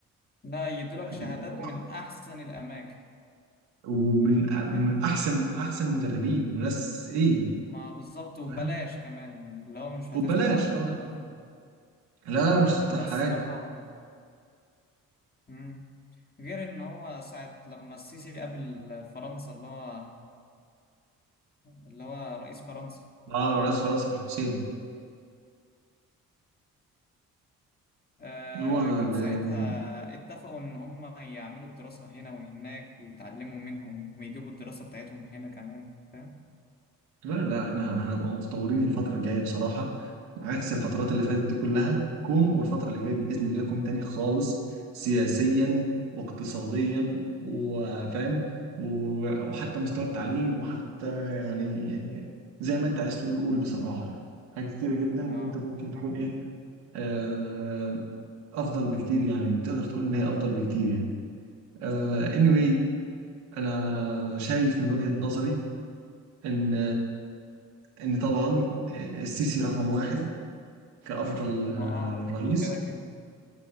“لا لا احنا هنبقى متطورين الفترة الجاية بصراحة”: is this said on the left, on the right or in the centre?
Right